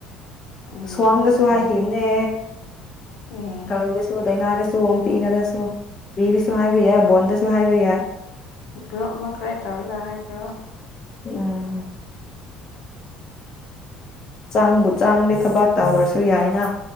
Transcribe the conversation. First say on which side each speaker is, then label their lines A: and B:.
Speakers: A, on the left; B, on the left.
A: ꯎꯝ
B: ꯁ꯭ꯋꯥꯡꯗꯁꯨ
A: ꯇꯧ
B: ꯍꯥꯏꯈꯤꯕꯅꯦ
A: ꯑꯦ
B: ꯀꯂꯧ ꯗꯁꯨ ꯗꯩꯅ ꯗꯥꯁꯨ ꯑꯣꯝ ꯄꯤꯅꯗꯁꯨ ꯕꯤꯔꯁꯨ ꯍꯥꯏꯕ ꯌꯥꯏ ꯕꯣꯟꯗꯁꯨ ꯍꯥꯏꯕ ꯌꯥꯏ
A: ꯒ꯭ꯔꯨꯞ ꯑꯃꯈ꯭ꯔꯦ ꯇꯧꯔꯒ ꯍꯥꯏꯈ꯭ꯔꯣ
B: ꯎꯝ ꯆꯥꯡꯕꯨ ꯆꯥꯡꯗꯤ ꯊꯕꯥꯛ ꯇꯧꯗ꯭ꯔꯁꯨ ꯌꯥꯏꯅ